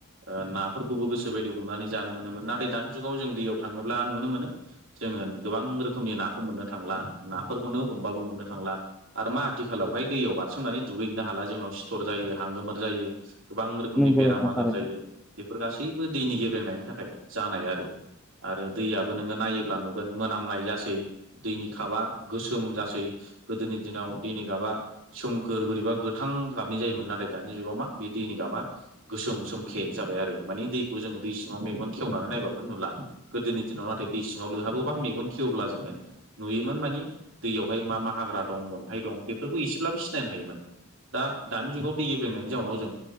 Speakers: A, on the right; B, in the centre.
A: ओ नाफोरखौबो गोसो बायदि हमनानै जानो मोनोमोन नाथाय दानि जुगाव जों दैयाव थाङोब्ला नुनो मोनो। जोङो गोबां रोखोमनि नाखौ मोननो थांला नाफोरखौनो हमबाबो मोननो थांला। आरो मा आथिखालावहाय दैयाव बारसोमनानै दुगैनोबो हाला जोंनाव सिथर जायो, हांगोमोर जायो, गोबां रोखोमनि
B: नंगौ
A: बेराम
B: नोंथां
A: आजार
B: थारैनो
A: जायो। बेफोर गासैबो दैनि गेब्रेंनायनि थाखाय जानाय आरो आरो दैयाबो नोङो नायोब्ला नुगोन मोनामनाय जासै। दैनि काबा गोसोम जासै गोदोनि दिनाव दैनि गाबा सोम गोर-बोरैबा गोथां गाबनि जायोमोन नाथाय दानि जुगाव मा बे दैनि गाबा गोसोम सोमखे जाबाय आरो माने दैखौ जोङो दै सिङाव मेगन खेवनानै नायबाबो नुला। गोदोनि दिनाव नाथाय दै सिङाव लोहाबोबा मेगन खेवब्ला जोङो नुयोमोन मानि दैयावहाय मा मा हाग्रा दं, अन्थाइ दं, बेफोरखौ एसेब्लाबो सिनायनो हायोमोन। दा दानि जुगाव दै गेब्रंनायनि जाउनाव जों